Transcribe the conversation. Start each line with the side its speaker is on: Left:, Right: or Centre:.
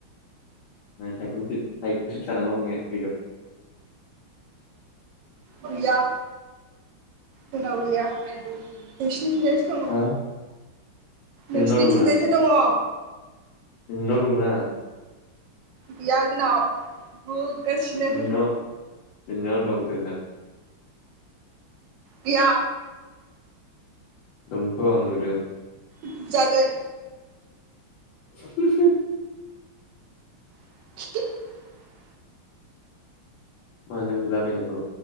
Left: थाइखंसिब थाइखसिबसो जानांगौ ए बेद'
Right: गैया जोंनाव गैया नोंसि नोंसिनि थिंजायसो दङ
Left: हा नोंनाव
Right: नोंसिनि
Left: दंना
Right: थिंजायसो दङ <unintelligible>
Left: <unintelligible>
Right: गैया जोंनाव <unintelligible> गासिनो
Left: दंना नोंनाव दंसो होनदां।
Right: गैया
Left: दंथ' आं नुदों।
Right: बुजागोन
Left: <unintelligible>
Right: <unintelligible>
Left: मानो बुला बायनांगौ।